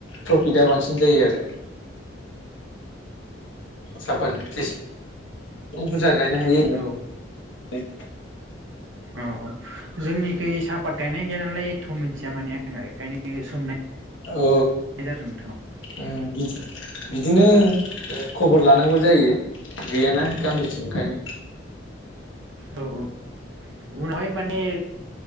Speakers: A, on the left; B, on the right.
A: टफिक‌आ बांसिन जायो आरो साफत जेसे औ बुरजा गायनो हायो ओं
B: औ
A: है
B: औ औ जोंनिखै साब आबाद गायनाय गैया नालाय थ' मिथिया माने आङो बेनिखायनो सोंनाय
A: औ
B: जादों नोंथांनाव
A: उम बिदि बिदिनो ओ खबर लानांगौ जायो गैया ना गामिथिं ओंखायनो
B: औ औ उनावहाय माने